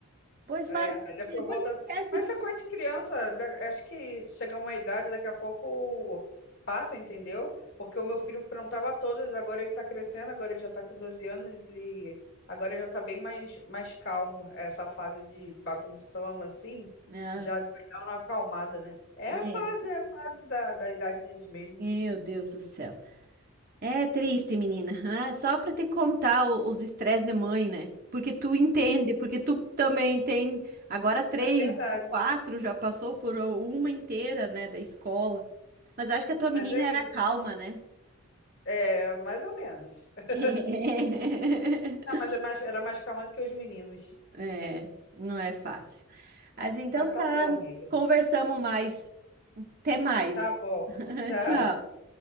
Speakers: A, on the right (about 40°); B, on the left (about 55°).
A: Depois
B: É,
A: faz,
B: aí depois
A: depois
B: volta.
A: esquece.
B: Mas essa coisa de criança, da- acho que chega uma idade, daqui a pouco passa, entendeu? Porque o meu filho perguntava todas, agora ele tá crescendo, agora ele já tá com 12 anos e agora já tá bem mais, mais calmo. Essa fase de bagunção, assim,
A: Ah,
B: já vai dar uma acalmada, né? É
A: é,
B: a fase, é a fase da, da idade deles mesmo.
A: meu Deus do céu. É triste, menina. Ah, só para te contar o- os estresses de mãe, né? Porque tu entende, porque tu também tem agora três,
B: É verdade.
A: quatro, já passou por uma inteira, né, da escola. Mas acho que a tua menina
B: Mas é
A: era
B: isso.
A: calma, né?
B: É, mais ou menos. <laughs>
A: <laughs>
B: Ah, mas é mais, era mais calma do que os meninos.
A: É, não é fácil. Mas então
B: Mas
A: tá,
B: tá bom, amiga.
A: conversamos mais. Até mais.
B: Tá bom.
A: <laughs>
B: Tchau.
A: Tchau.